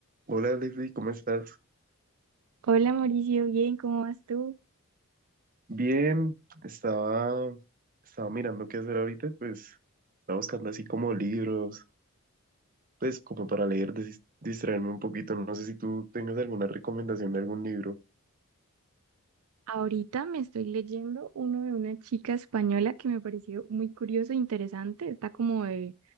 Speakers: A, on the right; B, on the right.
A: Hola Leslie, ¿cómo estás?
B: Hola Mauricio, bien, ¿cómo vas tú?
A: Bien, estaba, estaba mirando qué hacer ahorita, pues estaba buscando así como libros, pues como para leer, desis- distraerme un poquito. No sé si tú tengas alguna recomendación de algún libro.
B: Ahorita me estoy leyendo uno de una chica española que me pareció muy curioso e interesante. Está como de,